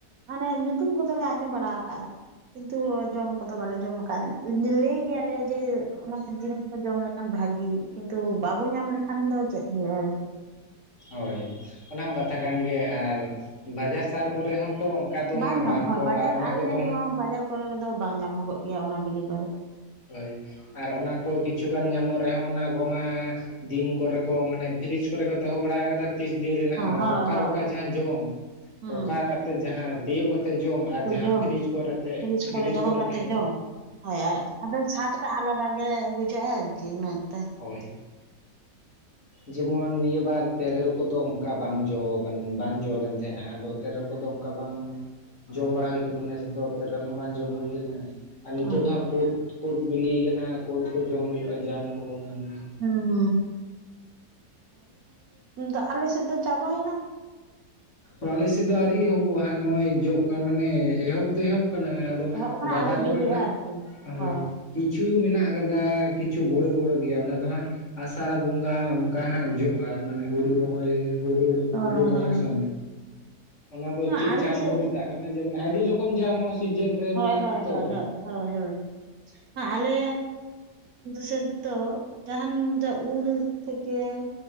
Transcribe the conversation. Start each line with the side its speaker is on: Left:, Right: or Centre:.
Right: ᱢᱟᱱᱮ ᱧᱩᱛᱩᱢ ᱠᱚᱫᱚᱞᱮ ᱟᱸᱡᱚᱢ ᱵᱟᱲᱟ ᱟᱠᱟᱜᱼᱟ ᱠᱤᱱᱛᱩ ᱡᱚᱢ ᱠᱚᱫᱚ ᱵᱟᱞᱮ ᱡᱚᱢ ᱟᱠᱟᱫ ᱞᱟᱹᱭ ᱜᱮᱭᱟᱞᱮ ᱡᱮ ᱚᱱᱟ ᱡᱤᱱᱤᱥ ᱠᱚ ᱡᱚᱢ ᱞᱮᱠᱷᱟᱱ ᱵᱷᱟᱜᱤ ᱠᱤᱱᱛᱩ ᱵᱟᱵᱚ ᱧᱟᱢ ᱞᱮᱠᱷᱟᱱ ᱫᱚ ᱪᱮᱫ ᱦᱩᱭᱩᱜᱼᱟ ᱟᱨᱠᱤ
Left: ᱦᱳᱭ ᱚᱱᱟ ᱢᱟ ᱠᱟᱛᱷᱟ ᱠᱟᱱ ᱜᱮ ᱟᱨ ᱵᱟᱡᱟᱨ ᱥᱟᱨ ᱠᱚᱨᱮ ᱦᱚᱸᱛᱚ ᱫᱚ
Right: ᱵᱟᱝ
Left: ᱦᱟᱸᱜ
Right: ᱧᱟᱢᱚᱜ
Left: ᱠᱚ
Right: ᱦᱳᱭ ᱵᱟᱡᱟᱨ
Left: ᱟᱨ ᱚᱱᱟ
Right: ᱟᱞᱮ
Left: ᱠᱚᱫᱚ
Right: ᱱᱚᱣᱟ ᱵᱟᱡᱟᱨ ᱠᱚᱨᱮᱫᱚ ᱵᱟᱝ ᱧᱟᱢᱚᱜᱚᱜ ᱜᱮᱭᱟ ᱚᱱᱟ ᱵᱤᱞᱤ ᱠᱚᱫᱚ
Left: ᱦᱳᱭ ᱟᱨ ᱚᱱᱟ ᱠᱚ ᱠᱤᱪᱷᱩᱜᱟᱱ ᱧᱟᱢᱚᱜ ᱨᱮᱦᱚᱸ ᱚᱱᱟ ᱠᱚᱢᱟ ᱫᱤᱱ ᱠᱚᱨᱮ ᱠᱚ ᱢᱟᱱᱮ ᱯᱷᱨᱤᱡᱽ ᱠᱚᱨᱮ ᱠᱚ ᱫᱚᱦᱚ ᱵᱟᱲᱟ ᱟᱠᱟᱫᱟ ᱛᱤᱥ ᱫᱤᱱ ᱨᱮᱱᱟᱜ
Right: ᱦᱮᱸ
Left: ᱠᱟᱱᱟ
Right: ᱦᱳᱭ
Left: ᱨᱚᱠᱟ
Right: ᱦᱳᱭ
Left: ᱨᱚᱠᱟ ᱡᱟᱦᱟᱸ ᱡᱚᱢ
Right: ᱦᱩᱸ
Left: ᱨᱚᱠᱟ ᱠᱟᱛᱮᱫ ᱡᱟᱦᱟᱸ ᱛᱤᱭᱳᱜ ᱠᱟᱛᱮ ᱡᱚᱢ ᱟᱨ
Right: ᱛᱚ
Left: ᱡᱟᱦᱟᱸ
Right: ᱡᱚᱢ
Left: ᱯᱷᱤᱨᱤᱡᱽ ᱠᱚᱨᱮᱛᱮ
Right: ᱯᱷᱤᱨᱤᱡ
Left: ᱯᱷᱤᱨᱤᱡᱽ
Right: ᱫᱚᱦᱚ
Left: ᱠᱚᱨᱮ
Right: ᱠᱟᱛᱮᱜ
Left: ᱛᱟᱦᱮᱸ ᱠᱟᱛᱮ
Right: ᱡᱚᱢ ᱦᱳᱭ ᱟᱫᱚ ᱥᱟᱛᱴᱟ ᱟᱞᱟᱫᱟ ᱜᱮ ᱵᱩᱡᱷᱟᱹᱜᱼᱟ ᱟᱨᱠᱤ ᱩᱱᱟᱹ ᱛᱮ
Left: ᱦᱳᱭ ᱡᱮᱢᱚᱱ ᱱᱤᱭᱟᱹ ᱵᱟᱨ ᱛᱮᱨᱮᱞ ᱠᱚᱫᱚ ᱚᱱᱠᱟ ᱵᱟᱝ ᱡᱚ ᱵᱟᱝ ᱡᱚ ᱞᱮᱱ ᱛᱟᱦᱮᱸᱜᱼᱟ ᱟᱫᱚ ᱛᱮᱨᱮᱞ ᱠᱚᱫᱚ ᱚᱱᱠᱟ ᱵᱟᱝ ᱡᱚᱢ ᱵᱟᱲᱟ ᱦᱩᱭ ᱟᱠᱟᱱᱟ ᱱᱮᱥ ᱫᱚ ᱵᱮᱨᱮᱞ ᱦᱚᱸ ᱵᱟᱝ ᱡᱚᱢ ᱦᱩᱭᱟᱱᱟ ᱟᱨ ᱱᱤᱛᱚᱜ
Right: ᱦᱩᱸ
Left: ᱫᱚ ᱦᱟᱸᱜ ᱠᱳᱫ ᱠᱩᱳᱫᱽ ᱵᱤᱞᱤᱭ ᱟᱠᱟᱱᱟ ᱠᱩᱳᱫᱽ ᱠᱚ ᱡᱚᱢ ᱦᱩᱭᱩᱜᱼᱟ ᱡᱟᱢ ᱠᱚ ᱚᱱᱟᱱᱟᱜ
Right: ᱦᱩᱸ ᱦᱩᱸ ᱟᱨ ᱟᱞᱮ ᱥᱮᱫ ᱫᱚ ᱪᱟᱵᱟᱭᱮᱱᱟ ᱾
Left: ᱟᱞᱮ ᱥᱮᱫ ᱫᱚ ᱟᱹᱣᱨᱤ ᱮᱦᱚᱵᱚᱜᱼᱟ ᱦᱟᱸᱜ ᱱᱚᱜᱼᱚᱭ ᱡᱚᱜ ᱠᱟᱱ ᱢᱟᱱᱮ ᱮᱦᱚᱵ ᱮᱦᱚᱵ ᱟᱫᱚ
Right: ᱮᱦᱚᱵ ᱟᱠᱟᱱᱟ
Left: ᱜᱟᱰᱟ
Right: ᱟᱹᱣᱨᱤ
Left: ᱠᱚᱨᱮᱱᱟᱜ
Right: ᱵᱤᱞᱤᱜᱼᱟ ᱟᱨᱠᱤ
Left: ᱦᱳᱭ
Right: ᱚ
Left: ᱠᱤᱪᱷᱩ ᱢᱮᱱᱟᱜ ᱟᱠᱟᱫᱟ ᱠᱤᱪᱷᱩ ᱵᱚᱲᱚ ᱵᱚᱲᱚ ᱜᱮᱭᱟ ᱚᱱᱟ ᱫᱚ ᱦᱟᱸᱜ ᱟᱥᱟᱲ ᱵᱚᱸᱜᱟ ᱚᱱᱠᱟ ᱚᱱᱠᱟ ᱦᱟᱸᱜ ᱡᱚᱜᱼᱟ ᱢᱟᱱᱮ ᱦᱩᱲᱩ ᱨᱚᱦᱚᱭ ᱦᱩᱲᱩ
Right: ᱚ
Left: ᱦᱩᱲᱩ ᱨᱚᱦᱚᱭ
Right: ᱦᱚᱸ ᱦᱚᱸ
Left: ᱥᱚᱢᱚᱭ ᱚᱱᱟ ᱫᱚ
Right: ᱦᱮᱸ
Left: ᱪᱮᱫ
Right: ᱟᱞᱮ
Left: ᱡᱟᱢ
Right: ᱥᱮᱫ
Left: ᱠᱚ ᱢᱮᱛᱟᱜ ᱠᱟᱱᱟ ᱡᱮ ᱢᱟᱱᱮ ᱟᱹᱰᱤ ᱨᱚᱠᱚᱢ ᱡᱟᱢ ᱦᱚᱸ ᱥᱤᱡᱮᱱ ᱨᱮ
Right: ᱦᱳᱭ
Left: ᱢᱮᱱᱟᱜ
Right: ᱦᱳᱭ
Left: ᱟᱛᱚ
Right: ᱦᱳᱭ ᱦᱳᱭ ᱦᱳᱭ ᱦᱳᱭ ᱟᱞᱮ ᱥᱮᱫ ᱫᱚ ᱡᱟᱦᱟᱱ ᱡ ᱩᱞ ᱛᱷᱮᱠᱮ